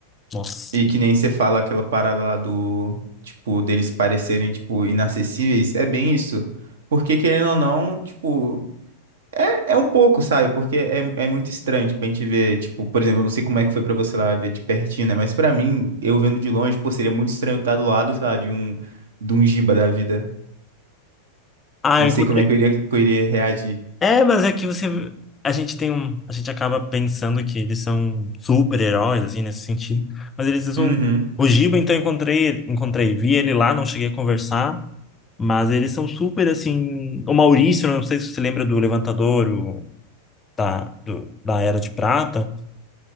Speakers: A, on the left; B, on the right.
A: Nossa.
B: E que nem você fala aquela parada lá do, tipo, deles parecerem, tipo, inacessíveis, é bem isso. Porque, querendo ou não, tipo, é, é um pouco, sabe? Porque é, é muito estranho, tipo, a gente ver, tipo, por exemplo, eu não sei como é que foi pra você lá ver de pertinho, né? Mas pra mim, eu vendo de longe, pô, seria muito estranho estar do lado, sei lá, de um, de um giba da vida.
A: Ah,
B: Não
A: eu encontrei.
B: sei como é que eu iria, que eu iria reagir.
A: É, mas é que você. A gente tem um. A gente acaba pensando que eles são super-heróis, assim, nesse sentido. Mas eles são.
B: Uhum.
A: O Giba, então, eu encontrei, ele- encontrei, vi ele lá, não cheguei a conversar. Mas eles são super, assim. O Maurício, não sei se você lembra do Levantador, o, da, do- da Era de Prata.